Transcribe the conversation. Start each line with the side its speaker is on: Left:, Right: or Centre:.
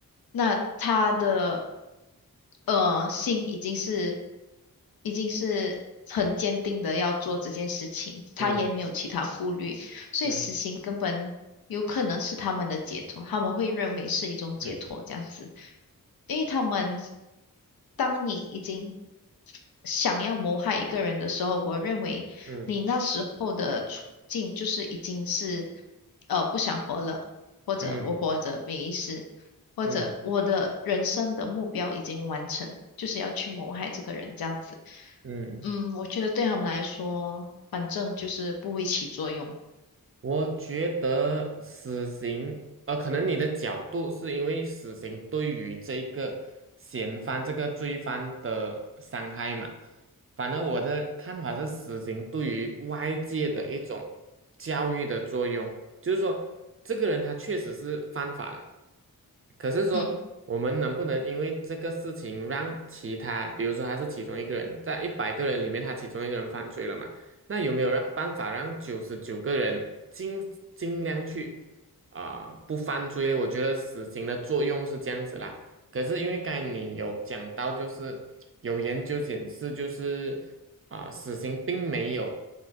Left: 那他的呃心已经是已经是很坚定的要做这件事情，他也没有其他顾虑，
Right: 嗯
Left: 所以死刑根本有可能是他们的解脱，
Right: 嗯
Left: 他们会认为是一种解脱这样子，
Right: 嗯
Left: 因为他们当你已经想要谋害一个人的时候，我认为你那时候的处境就是已经是
Right: 嗯
Left: 呃不想活了，或者我活着没意思，
Right: 嗯
Left: 或者我的人生的目标已经完成，
Right: 嗯嗯
Left: 就是要去谋害这个人这样子。
Right: 嗯。
Left: 嗯，我觉得对他们来说，反正就是不会起作用。
Right: 我觉得死刑，呃，可能你的角度是因为死刑对于这个嫌犯、这个罪犯的伤害嘛。反正我的看法是，死刑对于外界的一种教育的作用，就是说，这个人他确实是犯法了，可是说，
Left: 嗯
Right: 我们能不能因为这个事情让其他，比如说他是其中一个人，在一百个人里面，他其中一个人犯罪了嘛？那有没有让办法让九十九个人尽尽量去啊、不犯罪？我觉得死刑的作用是这样子啦。可是因为刚才你有讲到，就是有研究显示，就是啊、死刑并没有